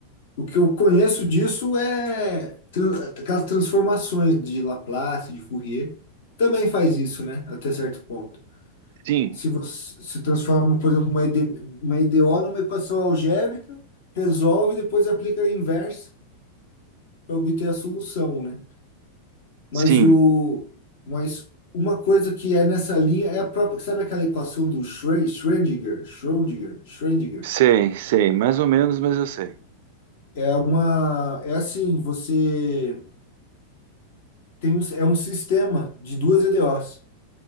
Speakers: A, on the left; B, on the right.
A: O que eu conheço disso é tran- aquelas transformações de Laplace, de Fourier, também faz isso, né? Até certo ponto.
B: Sim,
A: Se você se transforma, por exemplo, uma ED, uma EDO numa equação algébrica, resolve e depois aplica a inversa para obter a solução, né? Mas
B: sim,
A: o mas uma coisa que é nessa linha é a própria, sabe aquela equação do Schre- Schrödinger, Schrödinger, Schrödinger?
B: sei, sei, mais ou menos, mas eu sei.
A: É uma é assim, você tem um, é um sistema de duas EDOs.